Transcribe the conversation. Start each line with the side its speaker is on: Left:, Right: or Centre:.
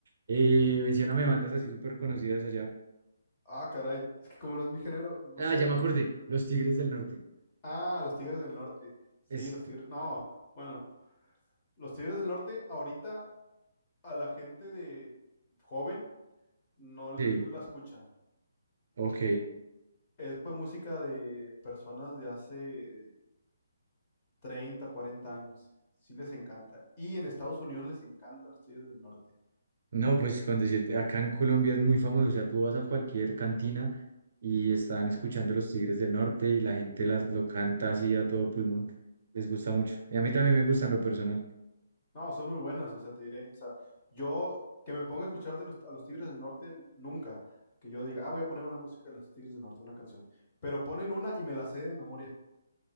Right: eh, mencióname bandas así súper conocidas allá.
Left: Ah, caray. Es que como no es mi género, no
Right: Ah,
Left: sé.
Right: ya me acordé, Los Tigres del Norte.
Left: Ah, los Tigres del Norte. Sí,
Right: Es,
Left: los Tigres. No, bueno, los Tigres del Norte ahorita a la gente de joven no la
Right: sí,
Left: escuchan.
Right: ok.
Left: Es pues música de personas de hace 30 40 años. Sí les encanta. Y en Estados Unidos les encantan los Tigres del Norte.
Right: No, pues con decirte, acá en Colombia es muy famoso, o sea, tú vas a cualquier cantina y están escuchando Los Tigres del Norte y la gente las, lo canta así a todo pulmón, les gusta mucho. Y a mí también me gustan lo personal,
Left: No, son muy buenas, o sea, te diré. O sea, yo que me ponga a escuchar de los, a los Tigres del Norte nunca. Que yo diga, ah, voy a poner una música de los Tigres del Norte, una canción. Pero ponen una y me la sé de memoria.